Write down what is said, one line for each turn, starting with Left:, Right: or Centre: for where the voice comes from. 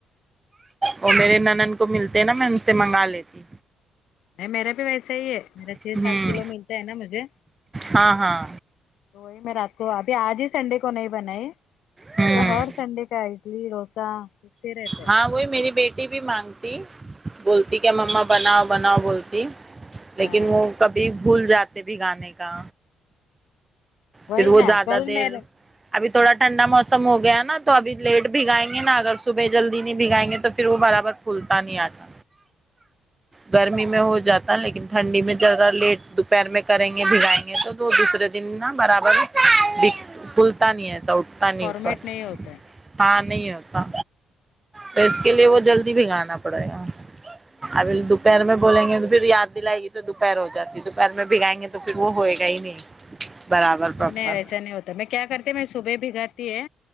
Right: وہ میرے نند کو ملتے نا میں ان سے منگا لیتی
Left: نہیں میرا بھی ویسا ہی ہے میرا
Right: ہوں
Left: چھ سات کلو ملتا ہے نا مجھے
Right: ہاں ہاں
Left: تو وہی میں رات کو ابھی آج ہی سنڈے کو نہیں بنائی یہ
Right: ہوں
Left: تو ہر سنڈے کا اڈلی ڈوسا فکس ہی رہتا ہے
Right: ہاں وہی میری بیٹی بھی مانگتی بولتی کیا مما بناؤ بناؤ بولتی لیکن
Left: ہاں
Right: وہ کبھی بھول جاتے بھی گانے کا
Left: وہی
Right: پھر وہ
Left: نا
Right: زیادہ
Left: کل
Right: دیر
Left: میرے
Right: اب تھوڑا ٹھنڈا موسم ہو گیا ہے نا تو اب لیٹ بھگائیں گے نا اگر صبح جلدی نہیں بھگائیں گے تو پھر وہ برابر پولتا نہیں آٹا گرمی میں ہو جاتا لیکن ٹھنڈی میں زیادہ لیٹ دوپہر میں کریں گے بگائیں گے تو دوسرے دن نا برابر بھلتا نہیں ایسا اٹھتا نہیں
Left: فارمیٹ
Right: اپر
Left: نہیں ہوتا ہے
Right: ہاں نہیں ہوتا تو اس کے لیے وہ جلدی بھگانا پڑے گا
Left: ہاں
Right: ابھی دوپہر میں بولیں گے تو پھر یاد دلائے گی تو دوپہر ہو جاتی ہے دوپہر میں بگائیں گے تو پھر وہ ہوئے گا ہی نہیں برابر
Left: نہیں
Right: پراپر
Left: نہیں ایسا نہیں ہوتا میں کیا کرتی میں صبح بھگاتی ہے